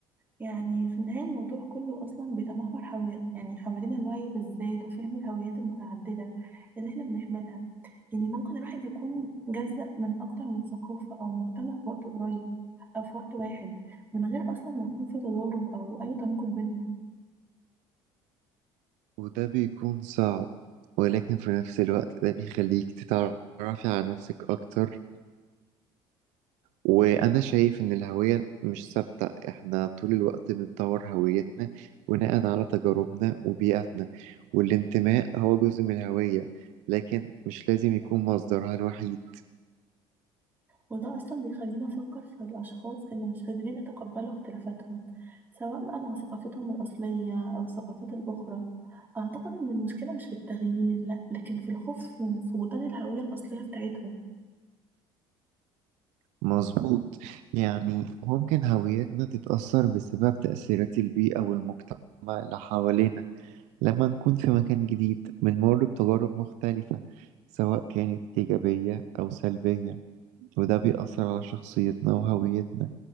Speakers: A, on the right (about 15°); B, on the right (about 75°).
A: يعني في النهايه الموضوع كله اصلا بيتمحور حوالين يعني حوالين الوعي بالذات وفهم الهويات المتعدده اللي احنا بنحملها يعني ممكن الواحد يكون جزء من اكتر من ثقافه او مجتمع في وقت قريب او في وقت واحد من غير اصلا ما يكون في تضارب او اي تناقض بينهم
B: وده بيكون صعب ولكن في نفس الوقت ده بيخليك تتعرفي على نفسك أكتر وأنا شايف إن الهوية مش ثابتة إحنا طول الوقت بنطور هويتنا بناء على تجاربنا وبيئتنا والانتماء هو جزء من الهوية لكن مش لازم يكون مصدرها الوحيد
A: وده أصلا بيخلينا نفكر في الأشخاص اللي مش قادرين يتقبلوا اختلافاتهم سواء بقى مع ثقافتهم الأصلية أو الثقافات الأخرى أعتقد إن المشكلة مش في التغيير لأ لكن في الخوف في في فقدان الهوية الأصلية بتاعتهم
B: مظبوط يعني ممكن هويتنا تتأثر بسبب تأثيرات البيئة والمجتمع اللي حوالينا لما نكون في مكان جديد بنمر بتجارب مختلفة سواء كانت إيجابية أو سلبية وده بيأثر على شخصيتنا وهويتنا